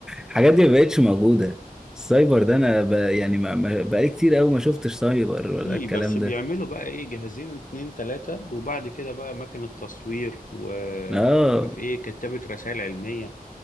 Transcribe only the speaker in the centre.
الحاجات دي ما بقتش موجودة السايبر ده انا ب... يعني ما... ما... بقالي كتير قوي ما شفتش سايبر
ولا الكلام
ده
اه